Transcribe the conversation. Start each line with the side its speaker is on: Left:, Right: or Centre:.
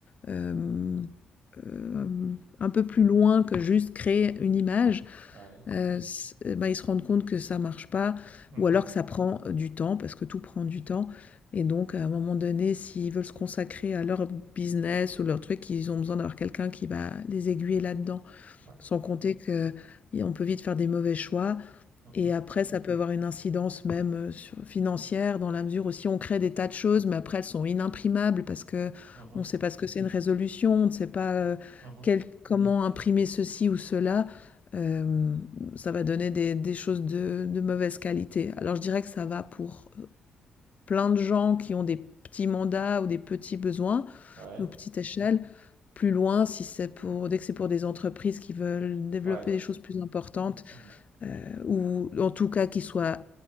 Left: euh, euh, un peu plus loin que juste créer une image,
Right: Ouais.
Left: heu, s bah, ils se rendent compte que ça marche pas
Right: Mhm.
Left: ou alors que ça prend du temps parce que tout prend du temps et donc à un moment donné, s'ils veulent se consacrer à leur business ou leur truc, ils ont besoin d'avoir quelqu'un qui va les aiguiller là-dedans.
Right: Ouais.
Left: Sans compter qu'on peut vite faire des mauvais choix
Right: Mhm.
Left: et après, ça peut avoir une incidence même euh, sur- financière, dans la mesure où si on crée des tas de choses, mais après elles sont inimprimables parce que
Right: Mhm.
Left: on ne sait pas ce que c'est une résolution, on ne sait pas euh,
Right: Mhm.
Left: quel- comment imprimer ceci ou cela, euh, ça va donner des, des choses de, de mauvaise qualité. Alors je dirais que ça va pour euh, plein de gens qui ont des petits mandats ou des petits besoins,
Right: Ouais.
Left: ou petite échelle. Plus loin, si c'est pour, dès que c'est pour des entreprises qui veulent développer
Right: Ouais.
Left: des choses plus importantes,
Right: Mhm.
Left: heu, ou en tout cas qui soit